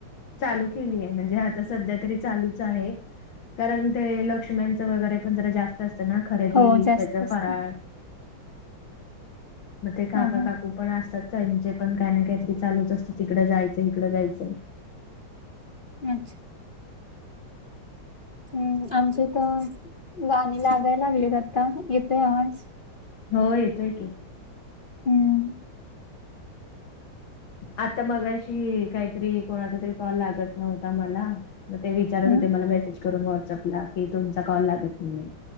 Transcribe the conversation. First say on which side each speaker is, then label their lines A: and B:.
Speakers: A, on the left; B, on the left.
A: चालू केलीय आहे म्हणजे आता सध्या तरी चालूच आहे. कारण ते लक्ष्म्यांचं वगैरे पण जरा जास्त असतं ना, खरेदी
B: हो जास्त
A: त्याच
B: असत
A: फराळ म ते काका
B: हा हा
A: काकू पण असतात सांगलीचे पण काय ना काहीतरी चालूच असतंय तिकड जायचंय, हीकडं जायचंय.
B: अच्छा. हम्म आमचे इथ गाणी लागाय लागलेत आता येतोय आवाज
A: होय येतोय की
B: हम्म.
A: आता मगाशी काहीतरी कोणाचा तरी कॉल लागत नव्हता मला मग ते विचारत
B: हम्म
A: होते मला मेसेज करून व्हॉट्सअपला, की तुमचा कॉल लागत नाहीए